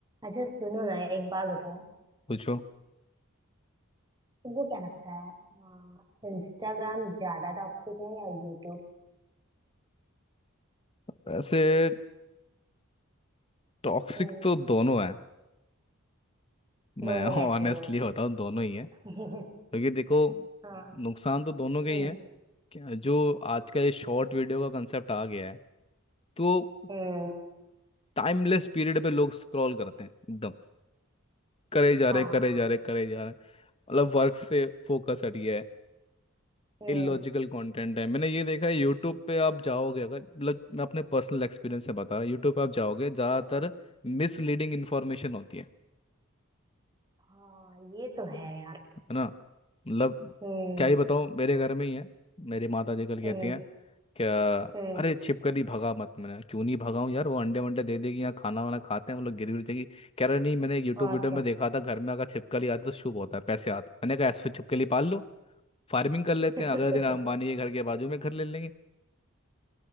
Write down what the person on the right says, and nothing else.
अच्छा सुनो ना एक बात बताओ
तुमको क्या लगता हाँ है इंस्टाग्राम ज्यादा टॉक्सिक है या यूट्यूब
हम्म
दोनों
कैसे
हुए
<laughs>
हाँ
हम्म
हम्म
हाँ
हम्म
हाँ ये तो है यार
हम्म
हम्म
हम्म
और
क्या
<laughs>